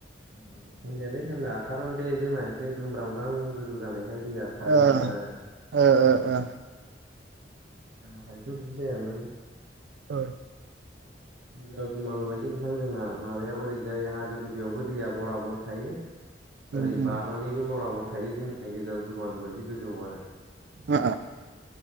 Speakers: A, on the right; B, on the right.
A: औ थान्दायालाय थान्दा खारन बे जोंना एसे दुमब्रांब्रां गोजौ जानायखाय। दैया
B: ओ
A: नागिरा आरो।
B: ओ ओ ओ
A: बिदि जायामोन।
B: औ
A: गेजेराव दुमालु बायदों। बिथांां जोंना माबायाव ओरैजाय हाजो गुदियावबो दैया बरा बर थायो।
B: उम
A: ओरै
B: उम
A: बारनानैबो बराबर थायो जोंनि गेजेराव दुमालु बायदि गोजौ आरो।
B: अ